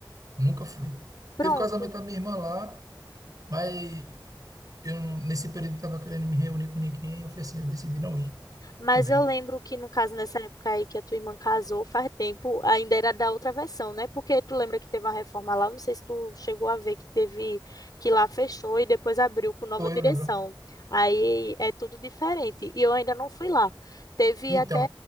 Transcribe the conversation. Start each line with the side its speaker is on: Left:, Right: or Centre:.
Right: Nunca fui.
Left: Pronto.
Right: Teve o casamento da minha irmã lá, mas eu nesse período não tava querendo me reunir com ninguém. Eu falei assim, eu decidi não ir.
Left: Mas
Right: também.
Left: eu lembro que, no caso, nessa época aí que a tua irmã casou, faz tempo, ainda era da outra versão, né? Porque tu lembra que teve uma reforma lá, eu não sei se tu chegou a ver que teve, que lá fechou e depois abriu com nova
Right: Foi,
Left: direção.
Right: eu lembro.
Left: Aí é tudo diferente. E eu ainda não fui lá. Teve
Right: Então,
Left: até